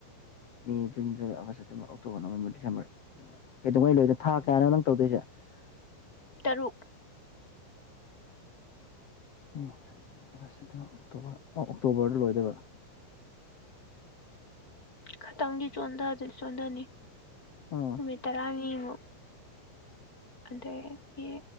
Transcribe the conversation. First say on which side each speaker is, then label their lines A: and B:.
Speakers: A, on the left (about 55°); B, on the left (about 15°).
A: May June July August September October November December ꯂꯣꯏ ꯀꯩꯗꯧꯉꯩ ꯂꯣꯏꯗ ꯊꯥ ꯀꯌꯥꯅꯣ ꯅꯪ ꯇꯧꯗꯣꯏꯁꯦ
B: ꯇꯔꯨꯛ
A: ꯑꯦ ꯑꯒꯁ ꯁꯦꯞꯇꯦꯝꯕꯔ ꯑꯣꯛꯇꯣꯕꯔ ꯑꯣ ꯑꯣꯛꯇꯣꯕꯔꯗ ꯂꯣꯏꯗꯣꯏꯕ
B: ꯈꯇꯪꯗꯤ ꯆꯣꯟꯗꯖꯤ ꯆꯣꯟꯗꯅꯤ
A: ꯑꯥ
B: ꯅꯨꯃꯤꯠ ꯇꯔꯥꯅꯤꯃꯨꯛ ꯑꯗꯩꯒꯤ